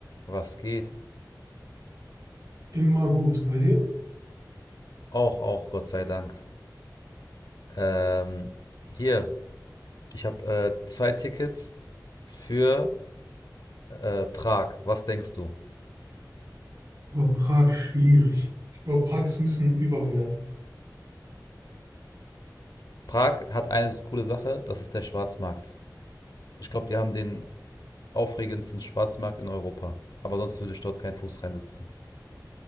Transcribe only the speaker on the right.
Immer gut. Bei dir?
War Prag schwierig. Ich glaube, Prag ist ein bisschen überbewertet.